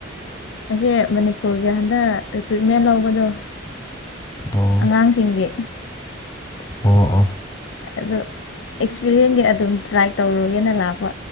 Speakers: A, on the left (about 65°); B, on the left (about 20°).
A: ꯑꯁꯦ ꯃꯅꯤꯄꯨꯔꯒꯤ ꯍꯟꯗꯛ ꯔꯤꯀ꯭ꯔꯨꯏꯠꯃꯦꯟ ꯂꯧꯕꯗꯣ
B: ꯑꯣ
A: ꯑꯉꯥꯡꯁꯤꯡꯒꯤ
B: ꯑꯣ ꯑꯣ
A: ꯑꯗꯨ ꯑꯦꯛꯁꯄꯤꯔꯦꯟꯒꯤ ꯑꯗꯨꯝ ꯇ꯭ꯔꯥꯏ ꯇꯧꯔꯨꯒꯦꯅ ꯂꯥꯛꯄ